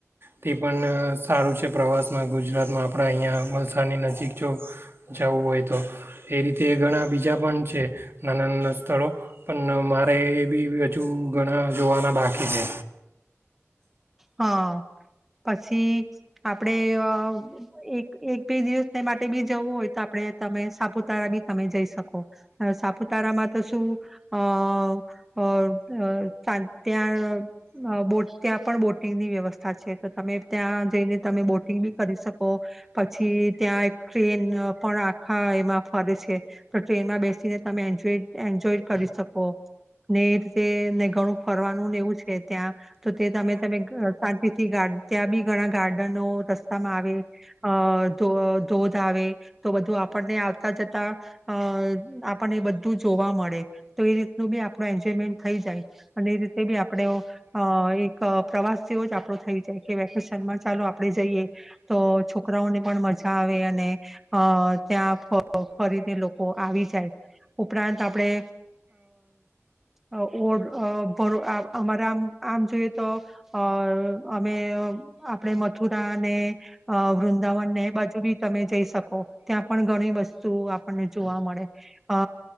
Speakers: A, on the right (about 50°); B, in the centre.
A: તે પણ સારું છે પ્રવાસમાં ગુજરાતમાં આપણા અહીંયા વલસાડની નજીક જો જવું હોય તો એ રીતે ઘણા બીજા પણ છે નાના નાના સ્થળો પણ મારા એ એ બી હજુ ઘણા જોવાના બાકી છે.
B: હા પછી આપણેે એક એક બે દિવસ માટે બી જવું હોય તો આપણે તમે સાપુતારા બી તમે જઈ શકો સાપુતારામાં તો શું અ ત્યાં બોટ ત્યાં પણ બોટ બોટિંગની વ્યવસ્થા છે તો તમે ત્યાં જઈને તમે બોટિંગ બી કરી શકો પછી ત્યાં એક ટ્રેન પણ આખા એમાં ફરે છે તો ટ્રેનમાં બેસીને તમે એન્જ એન્જોય કરી શકો ને એીતે ને ઘણું ફરવાનુંને એવું છે ત્યાં તો તે તમે તમે શાંતિથી ગાર્ડ ત્યાં બી ઘણા ગાર્ડનો રસ્તામાં આવે અ ધ ધોધ આવે તો બધું આપણને આવતા જતા અ આપણને બધું જોવા મળે તો એ રીતનું બી આપણું એન્જોયમેન્ટ થઈ જાય અને એ રીતે બી આપણે અ એક પ્રવાસ તેવો જ આપડો થઈ જાય કે વેકેશનમાં ચાલો આપડણે જઈએ તો છોકરાઓને પણ મજા આવે અને અ ત્યાં ફ ફરીને લોકો આવી જાય ઉપરાંત આપડે અ ઓ અ અ અમારા આમ આમ જોઈએ તો અ અમે આપણે મથુરા ને અ વૃંદાવનને એ બાજુ બી તમે જઈ શકો ત્યાં પણ ઘણી વસ્તુ આપણને જોવા મળે અ